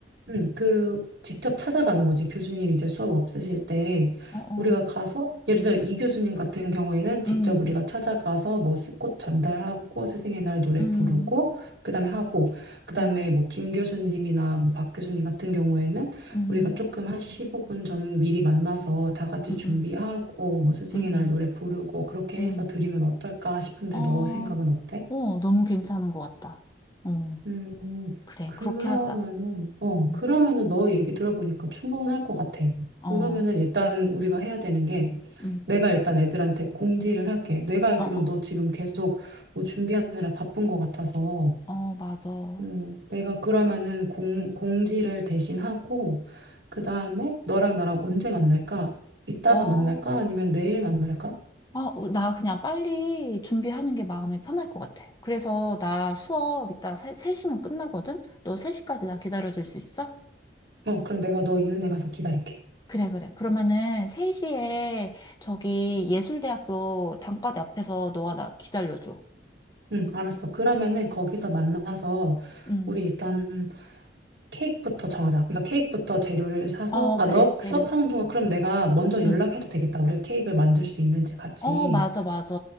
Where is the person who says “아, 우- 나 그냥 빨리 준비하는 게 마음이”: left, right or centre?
Left